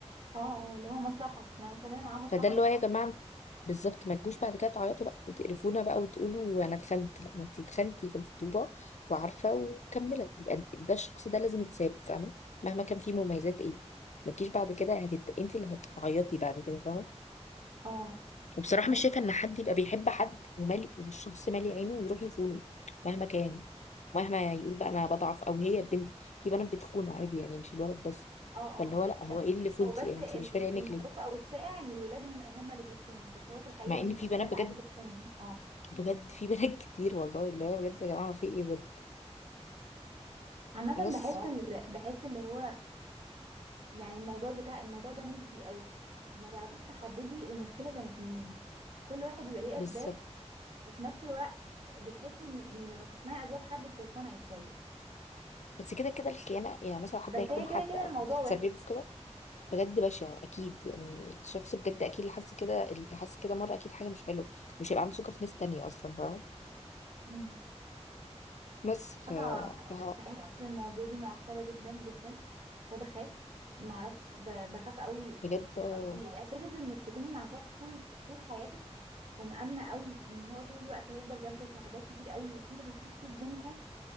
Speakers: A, on the right; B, on the left.
A: اه آه، اللي هو مصلحه ما مكمله معاه مصلحه
B: فده اللي
A: مش
B: هو
A: حب
B: يا جماعه بالظبط ما تجوش بعد كده تعيطوا بقى وتقرفونا بقى وتقولوا انا اتخنت لا ما انت اتخنتي في الخطوبه وعارفه وكملت يبقى ده الشخص ده لازم يتساب فاهمه مهما كان فيه مميزات ايه ما تجيش بعد كده هتت... انت اللي هتعيطي بعد كده فاهمه
A: اه
B: وبصراحة
A: بحس
B: مش شايفة إن حد يبقى بيحب حد ومالي والشخص مالي عينه ويروح يخونه مهما كان مهما يقول بقى أنا بضعف أو هي البنت في بنات بتخون عادي يعني مش الولد بس
A: اه اه
B: فاللي هو لأ
A: اه في
B: هو
A: بنات
B: إيه اللي خنتي
A: هو بس
B: يعني
A: ال-
B: أنت مش فارق عينك
A: المعروف
B: ليه
A: او الشائع ان الولاد هم هم اللي بيخونوا بس هو في الحقيقه
B: مع
A: ان
B: إن في
A: في بنات
B: بنات بجد
A: عادي بتخون اه
B: بجد في بنات <laughs> كتير والله اللي هو بجد يا جماعة في إيه بجد
A: عامه
B: بس
A: بحس ال... بحس اللي هو يعني الموضوع بتاع الموضوع ده نسبي قوي ما تعرفيش تحددي المشكلة كانت منين كل واحد بيبقى ليه
B: بالظبط
A: أسباب وفي نفس الوقت بتحسي إن إن لما بتسمعي أسباب حد بتقتنعي شوية
B: بس كده كده الخيانة يعني مثلا حد
A: بس
B: هيكون
A: هي كده
B: حد
A: كده
B: أو
A: الموضوع وحش
B: تسبب في كده بجد بشع أكيد يعني الشخص بجد أكيد اللي حس كده اللي حس كده مرة أكيد حاجة مش حلوة مش هيبقى عنده ثقة في ناس تانية أصلا فاهمة
A: مم.
B: بس
A: بصراحة
B: ف ف-
A: بحس إن المواضيع دي معقدة جدا جدا وبخاف معرفش ب- بخاف قوي
B: بجد اه
A: أصلي فكرة إنك تكوني مع شخص طول طول حياتك ومأمنة قوي إن هو طول الوقت هيفضل جنبك وحاجات كتير قوي وفي تفاصيل كتير بينكو